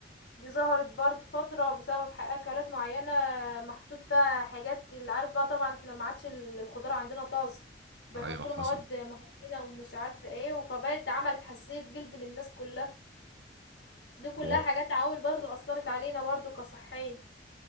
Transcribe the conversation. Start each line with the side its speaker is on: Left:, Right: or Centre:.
Left: دي ظهرت برضو فترة بسبب ح- أكلات معينة محطوط فيها حاجات اللي عارف بقى طبعا احنا ما عادش ال- الخضار عندنا طازة بيحطوا
Right: ايوه حصل
Left: له مواد مهدرجة ومش عارفة ايه فبقت عملت حساسية جلد للناس كلها دي كلها
Right: هو
Left: حاجات عوامل برضو أثرت علينا برضو كصحيين